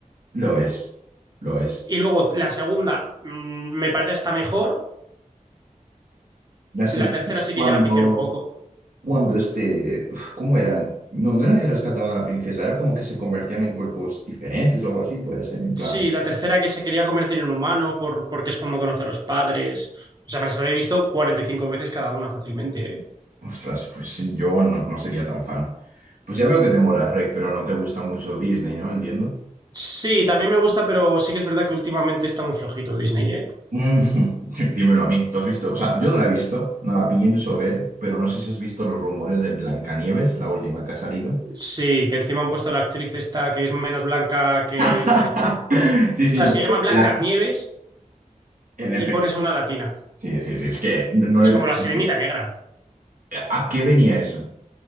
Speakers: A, on the right; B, on the right.
A: Lo es, lo es.
B: Y luego la segunda mm, me parece hasta mejor.
A: La segunda
B: La tercera
A: es
B: sí
A: cuando,
B: que ya la pifiaron un poco.
A: cuando este, uf, ¿cómo eran No, no era que rescataban a la princesa, era como que se convertían en cuerpos diferentes o algo así, puede ser, en plan,
B: Sí, la tercera que se quería convertir en humano por, porque es cuando conoce a los padres. O sea, me las habré visto 45 veces cada una fácilmente. ¿eh?
A: ostras, pues sí, yo no, no sería tan fan. Pues ya veo que te mola Rec, pero no te gusta mucho Disney, ¿no? Entiendo.
B: Sí, también me gusta, pero sí que es verdad que últimamente está muy flojito Disney, ¿eh?
A: Mm, <laughs> dímelo a mí, ¿tú has visto? O sea, yo no la he visto, no la pienso ver, pero no sé si has visto los rumores de Blancanieves, la última que ha salido.
B: Sí, que encima han puesto a la actriz esta que es menos blanca
A: <laughs>
B: que la leche. O
A: Sí, sí,
B: sea,
A: porque
B: se llama Blanca
A: la-
B: Nieves
A: en
B: y
A: efecto.
B: pones a una latina.
A: Sí, sí, sí, es que no, no
B: No
A: le
B: Es como
A: veo
B: la sirenita
A: sentido.
B: negra.
A: ¿A qué venía eso?